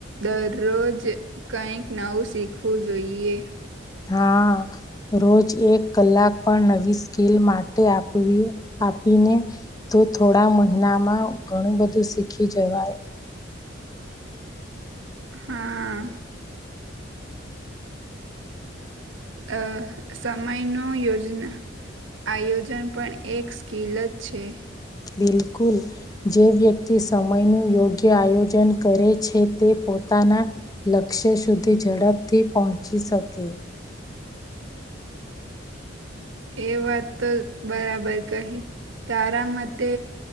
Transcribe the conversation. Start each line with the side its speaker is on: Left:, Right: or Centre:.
Right: દરરોજ કંઈક નવું શીખવું જોઈએ.
Left: હા રોજ એક કલાક પણ નવી સ્કીલ માટે આપવી આપીને તો થોડા મહિનામાં ઘણું બધું શીખી જવાય.
Right: હા અ સમયનો યોજના આયોજન પણ એક સ્કીલ જ છે.
Left: બિલકુલ. જે વ્યક્તિ સમયનું યોગ્ય આયોજન કરે છે તે પોતાના લક્ષ્ય સુધી ઝડપથી પહોંચી શકે.
Right: એ વાત તો બરાબર કહી. તારા મતે